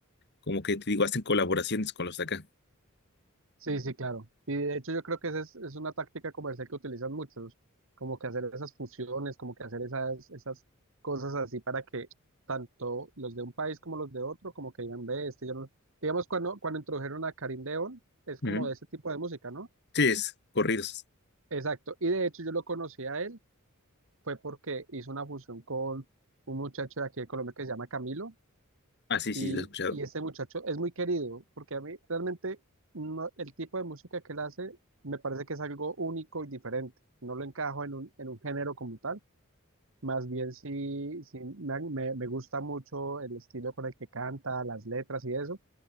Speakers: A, on the left (about 50°); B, on the right (about 65°).
A: como que te digo, hacen colaboraciones con los de acá.
B: Sí, sí, claro. Y de hecho yo creo que esa es, es una táctica comercial que utilizan muchos, como que hacer esas fusiones, como que hacer esas, esas cosas así para que tanto los de un país como los de otro, como que digan, ve, este yo no... Digamos, cuando, cuando introdujeron a Karim Deón, es
A: Ujú.
B: como de ese tipo de música, ¿no?
A: Sí, es corridos.
B: Exacto. Y de hecho yo lo conocí a él, fue porque hizo una fusión con un muchacho de aquí de Colombia que se llama Camilo,
A: Ah, sí, sí,
B: Y,
A: lo he escuchado.
B: y este muchacho es muy querido, porque a mí realmente no- el tipo de música que él hace me parece que es algo único y diferente. No lo encajo en un, en un género como tal. Más bien sí, sí me, me- me gusta mucho el estilo con el que canta, las letras y eso.